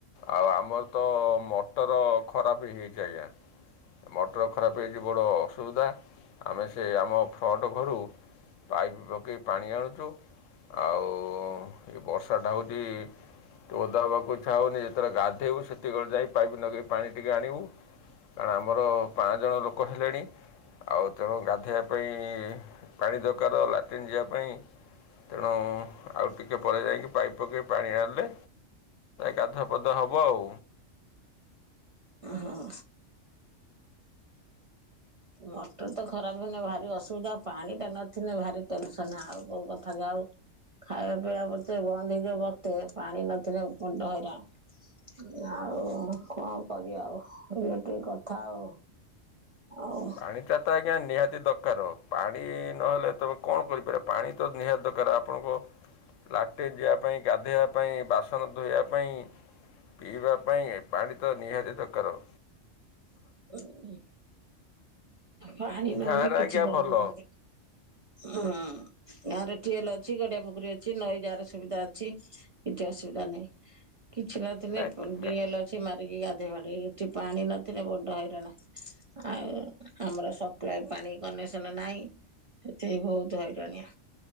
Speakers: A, on the left; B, on the right.
A: ଆଉ ଆମରତ ମଟର ଖରାପ୍ ହେଇଚି ଆଜ୍ଞା ମଟର ଖରାପ୍ ହେଇଚି ବଡ଼ ଅସୁବିଧା ଆମେ ସେ ଆମ ଫ୍ରଟ୍ ଘରୁ ପାଇପ୍ ପକେଇ ପାଣି ଆଣୁଚୁ ଆଉ ଏ ବର୍ଷାଟା ହେଉଚି ଟିକେ ଓଦା ହେବାକୁଇଚ୍ଛା ହେଉନି, ଯେତବେଳେ ଗାଧୋଇବୁ ସେତିକିବେଳେ ଯାଇ ପାଇପ୍ ନଗେଇ ପାଣି ଟିକେ ଆଣିବୁ କାରଣ ଆମର ପାଞ୍ଚ ଜଣ ଲୋକ ହେଲେଣି ଆଉ ତେଣୁ ଗାଧୋଇବା ପାଇଁ ପାଣି ଦରକାର ଲାଟିନ୍ ଯିବା ପାଇଁ ତେଣୁ ଆଉ ଟିକେ ପରେ ଯାଇକି ପାଇପ୍ ପକେଇ ପାଣି ଆଣିଲେ ଗାଧୁଆ ଅଦା ହବ ଆଉ।
B: ହଁ। ମଟରତ ଖରାପ୍ ହେନେ ଭାରି ଅସୁବିଧା ପାଣିଟା ନଥିନେ ଭାରି ଟେନସନ୍ ଆଉ କୋଉ କଥା ଯାଉ ଖାଇବା ପିଇବା ପତେ ବନ୍ଦ ହେଇଯାଉ ବକ୍ତେ ପାଣି ନଥିଲେ ବଡ ହଇରାଣ। ଆଉ କଁ କରିବା ଆଉ ଏମିତି କଥା ଆଉ। ଆଉ
A: ପାଣିଟାତ ଆଜ୍ଞା ନିହାତି ଦରକାର ପାଣି ନହେଲେ ତମେ କଣ କରିପାର ପାଣିତ ନିହାତି ଦର ତ ଆପଣଙ୍କ ଲାଟିନ୍ ଯିବା ପାଇଁ ଗାଧୋଇବା ପାଇଁ ବାସନଧୋଇବା ପାଇଁ ପିଇବା ପାଇଁ ପାଣିତ ନିହାତିି ଦରକାର।
B: ହୁଁ। ପାଣି ନହେଲେ
A: ଗାଁରେ
B: କିଛି
A: ଆଜ୍ଞା
B: କରିପାରୁବୁନି
A: ଭଲ
B: ହୁଁ। ଗାଁରେ ଟିଏଲ ଅଛି ଗାଡ଼ିଆ ପୋଖରୀ ଅଛି ନଈ ଯାର ସୁବିଧା ଅଛି କିଛି ଅସୁବିଧା ନାହିଁ। କିଛି ନଥିଲେ
A: ନାଇଁ
B: <inaudible> ଡିଏଲ ମାରିକି ଗାଧୋଇ ପଢ଼େ ଏଠି ପାଣି ନଥିଲେ ବଡ଼ ହଇରାଣ ଆଉ ଆମର ସପ୍ଲାଇ ପାଣି କନେକ୍ସନ ନାହିଁ ସେଥିପାଇଁ ବହୁତ୍ ହଇରାଣିଆ